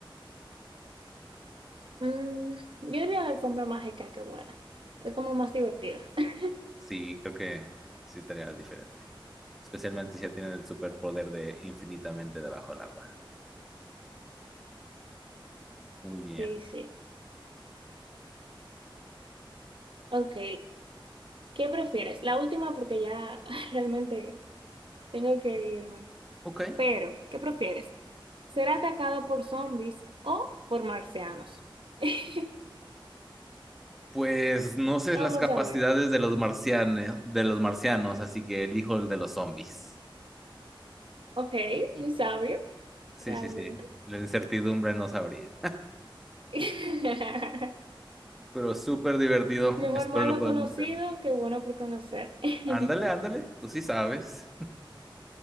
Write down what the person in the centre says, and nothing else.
Sí, creo que sí estaría diferente. Especialmente si ya tienen el superpoder de infinitamente debajo del agua. Muy bien.
Ok.
Pues no sé
las capacidades
de los marcianos, de los marcianos, así que elijo el de los zombies.
Sí,
sí, sí. La incertidumbre no sabría.
Pero súper divertido.
Espero
lo podamos
hacer.
Ándale, ándale. Tú sí sabes.